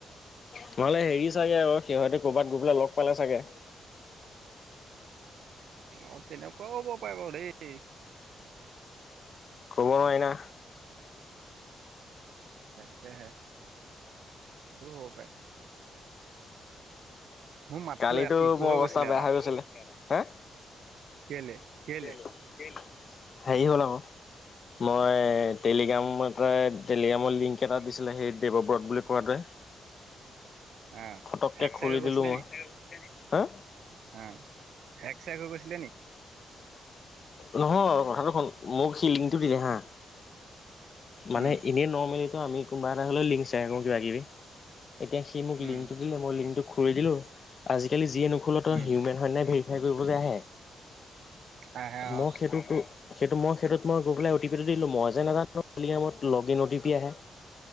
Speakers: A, on the left; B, on the right.
A: তোমালোকে হেৰি চাগে আৰু সিহঁতে ক'ৰবাত গৈ পেলাই লগ পালে চাগে।
B: অ, তেনেকুৱাও হ'ব পাৰে বাৰু দেই।
A: ক'ব নোৱাৰি না।
B: তাকেহে সেইটোও হ'ব পাৰে। মোৰ মাতটো
A: কালিতো
B: ইকো
A: মোৰ
B: হৈ
A: অৱস্থা
B: গৈছিলে
A: বেয়া
B: এটা
A: হৈ গৈছিলে এ
B: কেলে কেলে
A: হেৰি হ'ল আক মই টেলিগ্ৰাম এটাই টেলিগ্ৰামৰ লিংক এটা দিছিলে সেই দেৱব্ৰত বুলি কোৱাটোৱে। <inaudible>
B: আ
A: ফটককে
B: হেক
A: খুলি
B: চেক হৈ
A: দিলো
B: গৈছিলে
A: মই
B: নি?
A: হা
B: হা হেক চেক হৈ গৈছিলে নি?
A: নহয় কথাটো শুন মোক সি লিংটো দিলে হা মানে
B: উম
A: এনেই নৰ্মেলিতো আমি কোনোবা এটা হ'লেও লিংক শ্বেয়াৰ কৰোঁ কিবা-কিবি এতিয়া সি মোক
B: উম
A: লিংকটো দিলে মই লিংকটো খুলি দিলো আজিকালি যিয়ে নোখোলোঁ
B: উম
A: <unintelligible> হেই কৰিব যে আহে
B: আহে অ
A: মোক সেইটো সেইটো মই সেইটোত গৈ পেলাই অ টি পি টো দিলো মই যে নেজা <unintelligible> লগিন অ টি পি আহে।